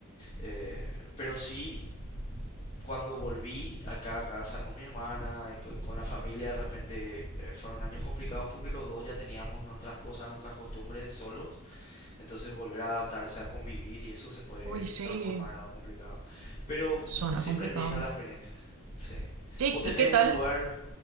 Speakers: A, on the left (about 30°); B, on the right (about 80°).
A: Eh, pero sí cuando volví acá a casa con mi hermana, eh, co- con la familia, de repente eh, fueron años complicados porque los dos ya teníamos nuestras cosas, nuestras costumbres solos entonces volver a adaptarse a convivir y eso se puede
B: Uy, sí,
A: transformar en algo complicado. Pero
B: suena
A: siempre
B: complicado.
A: es lindo la experiencia. Sí.
B: Sí,
A: Vos tenés
B: ¿y qué
A: un
B: tal?
A: lugar...